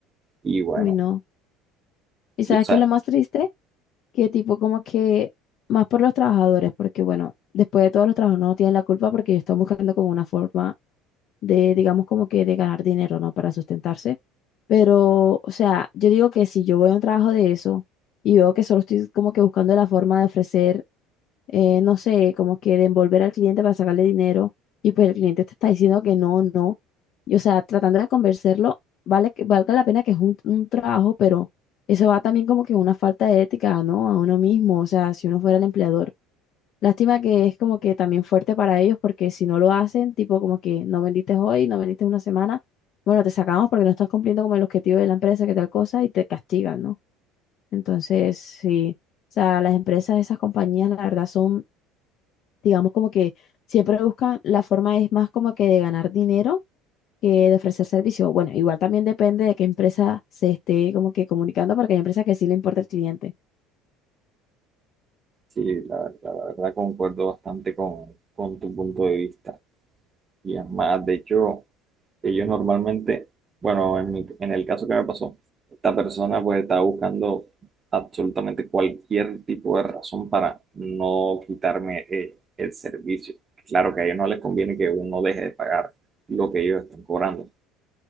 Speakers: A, on the right; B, on the left.
A: Y bueno.
B: uy, no. ¿Y sabes
A: Y, o sea,
B: qué es lo más triste? que tipo como que más por los trabajadores, porque bueno, después de todo los trabajadores no tienen la culpa porque están buscando como una forma de, digamos como que de ganar dinero, ¿no? Para sustentarse. Pero, o sea, yo digo que si yo voy a un trabajo de eso y veo que solo estoy como que buscando la forma de ofrecer eh, no sé, como que de envolver al cliente para sacarle dinero y pues el cliente te está diciendo que no, no. Y o sea, tratando de convencerlo, vale que valga la pena que es un, un trabajo, pero eso va también como que una falta de ética, ¿no? A uno mismo, o sea, si uno fuera el empleador. Lástima que es como que también fuerte para ellos porque si no lo hacen, tipo como que no vendiste hoy, no vendiste una semana, bueno, te sacamos porque no estás cumpliendo como el objetivo de la empresa, que tal cosa, y te castigan, ¿no? Entonces, sí. O sea, las empresas, esas compañías, la verdad, son digamos como que siempre buscan la forma es más como que de ganar dinero que de ofrecer servicio. Bueno, igual también depende de qué empresa se esté como que comunicando, porque hay empresas que sí le importa el cliente.
A: Sí, la verdad, la verdad concuerdo bastante con, con tu punto de vista. Y es más, de hecho, ellos normalmente, bueno, en mi- en el caso que me pasó, esta persona pues estaba buscando absolutamente cualquier tipo de razón para no quitarme eh, el servicio. Claro que a ellos no les conviene que uno deje de pagar lo que ellos están cobrando.